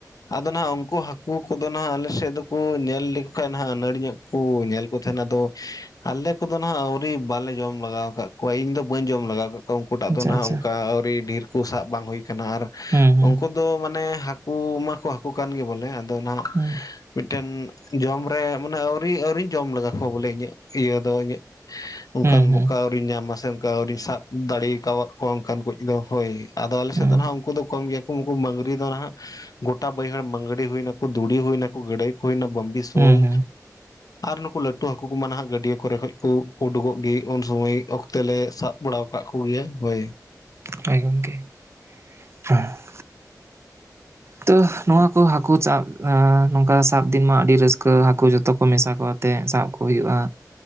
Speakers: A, on the left; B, on the right.
A: ᱟᱫᱚ ᱱᱟᱸᱜ ᱩᱝᱠᱩ ᱦᱟᱹᱠᱩ ᱠᱚᱫᱚ ᱱᱟᱜ ᱟᱞᱮᱥᱮᱫ ᱫᱚᱠᱳ ᱧᱮᱞ ᱞᱮᱠᱚ ᱠᱷᱟᱱ ᱦᱟᱜ ᱟᱹᱱᱟᱹᱲᱤ ᱜᱮᱠᱚ ᱧᱮᱞ ᱛᱟᱦᱮᱱᱟ ᱟᱫᱚ ᱟᱞᱮ ᱠᱚᱫᱚ ᱱᱟᱦᱟᱜ ᱟᱹᱣᱨᱤ ᱵᱟᱞᱮ ᱡᱚᱢ ᱞᱮᱟᱜᱟᱣ ᱟᱠᱟᱫ ᱠᱚᱣᱟ ᱤᱧ ᱫᱚ ᱵᱟᱹᱧ ᱡᱚᱢ ᱞᱮᱟᱜᱟᱣ ᱟᱠᱟᱫ ᱠᱚᱣᱟ ᱩᱱᱠᱩ ᱴᱟᱜ
B: ᱟᱪᱪᱷᱟ
A: ᱫᱚ ᱱᱟᱦᱟᱜ
B: ᱟᱪᱪᱷᱟ
A: ᱚᱱᱠᱟ ᱟᱹᱣᱨᱤ ᱰᱷᱮᱨ ᱠᱚ ᱥᱟᱵ ᱵᱟᱝ ᱦᱩᱭ ᱠᱟᱱᱟ ᱟᱨ
B: ᱦᱩᱸ ᱦᱩᱸ
A: ᱩᱱᱠᱩ ᱫᱚ ᱢᱟᱱᱮ ᱦᱟᱹᱠᱩ ᱦᱟᱹᱠᱩ ᱢᱟᱠᱚ ᱦᱟᱹᱠᱩ ᱠᱟᱱ ᱜᱮ ᱵᱚᱞᱮ, ᱟᱫᱚ ᱱᱟᱦᱟᱜ
B: ᱦᱩᱸ
A: ᱢᱤᱫᱴᱮᱱ ᱡᱚᱢ ᱨᱮ ᱢᱟᱱᱮ ᱟᱣᱨᱤ ᱟᱹᱣᱨᱤᱧ ᱡᱚᱢ ᱞᱮᱜᱟ ᱠᱚᱣᱟ ᱵᱚᱞᱮ ᱤᱧᱟᱹᱜ ᱤᱭᱟᱹ ᱫᱚ ᱤᱧᱟᱹᱜ ᱚᱱᱠᱟᱱ
B: ᱦᱩᱸ ᱦᱩᱸ
A: ᱢᱚᱠᱟ ᱟᱹᱣᱨᱤᱧ ᱧᱟᱢᱟ ᱥᱮ ᱚᱱᱠᱟ ᱟᱹᱣᱨᱤᱧ ᱥᱟᱵ ᱫᱟᱲᱮᱣᱟᱠᱟᱫ ᱠᱚᱣᱟ ᱚᱱᱠᱟᱱ ᱠᱚ ᱫᱚ ᱦᱳᱭ᱾ ᱟᱫᱚ ᱟᱞᱮ
B: ᱦᱩᱸ
A: ᱥᱮᱫ ᱫᱚ ᱱᱟᱦᱟᱜ ᱩᱱᱠᱩ ᱫᱚ ᱠᱚᱢ ᱜᱮᱭᱟ, ᱠᱚ ᱩᱱᱠᱩ ᱢᱟᱹᱜᱨᱤ ᱫᱚ ᱦᱟᱸᱜ ᱜᱚᱴᱟ ᱵᱟᱹᱭᱦᱟᱹᱲ ᱢᱟᱸᱹᱜᱽᱲᱤ ᱦᱩᱭ ᱱᱟᱠᱚ ᱫᱩᱲᱤ ᱦᱩᱭ ᱱᱟᱠᱚ ᱜᱟᱹᱲᱟᱹᱭ ᱠᱚ ᱦᱩᱭᱱᱟ ᱵᱟᱢᱵᱤ ᱥᱳᱞ᱾
B: ᱦᱩᱸ ᱦᱩᱸ
A: ᱟᱨ ᱱᱩᱠᱩ ᱞᱟᱹᱴᱩ ᱦᱟᱹᱠᱩ ᱠᱚᱢᱟ ᱱᱟᱦᱟᱜ ᱜᱟᱹᱰᱭᱟᱹ ᱠᱚᱨᱮ ᱠᱷᱚᱡ ᱠᱚ ᱩᱰᱩᱠᱚᱜ ᱜᱮ ᱩᱱ ᱥᱩᱢᱟᱹᱭ ᱚᱠᱛᱮ ᱞᱮ ᱥᱟᱵ ᱵᱟᱲᱟᱣ ᱟᱠᱟᱫ ᱠᱚᱜᱮᱭᱟ ᱦᱳᱭ᱾
B: ᱦᱳᱭ ᱜᱚᱝᱠᱮ, <unintelligible> ᱛᱚ ᱱᱚᱶᱟ ᱠᱚ ᱦᱟᱠᱩ ᱥᱟᱵ ᱟᱸᱻ ᱱᱚᱝᱠᱟ ᱥᱟᱵ ᱫᱤᱱ ᱢᱟ ᱟᱹᱰᱤ ᱨᱟᱹᱥᱠᱟᱹ ᱦᱟᱠᱩ ᱡᱚᱛᱚ ᱢᱮᱥᱟ ᱠᱚ ᱟᱛᱮᱫ ᱥᱟᱵ ᱠᱚ ᱦᱩᱭᱩᱜᱼᱟ